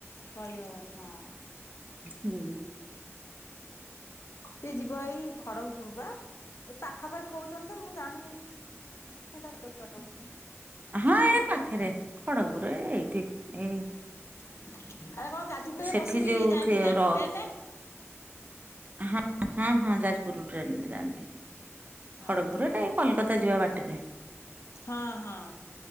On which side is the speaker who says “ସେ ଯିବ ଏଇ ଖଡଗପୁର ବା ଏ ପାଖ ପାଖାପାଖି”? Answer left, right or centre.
Left